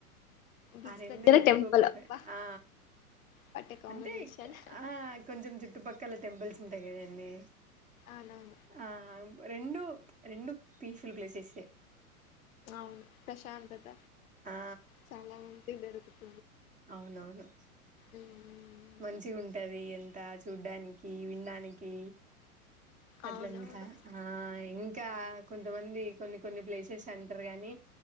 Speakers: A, on the left; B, on the right.
A: బీచ్
B: ఆ రెండు
A: దగ్గర
B: ఎక్కువ
A: టెంపుల్
B: ప్రిఫేర్
A: వాహ్
B: ఆ
A: వాట్ ఏ కాంబినేషన్
B: అంటే ఆ కొంచెం చుట్టుపక్కల టెంపుల్స్ ఉంటాయి కదండి
A: అవునవును
B: ఆ రెండు రెండు పీస్ఫుల్ ప్లేసెస్
A: అవును ప్రశాంతత
B: ఆ
A: చాలా మంది దొరుకుతుంది
B: అవునవును
A: ఉమ్,
B: మంచి ఉంటది ఎంత చూడ్డానికి విడానికి అట్లంతా
A: అవునవును
B: ఆ ఇం ఇంకా కొంతమంది కొన్ని కొన్ని ప్లేసెస్ అంటారు గాని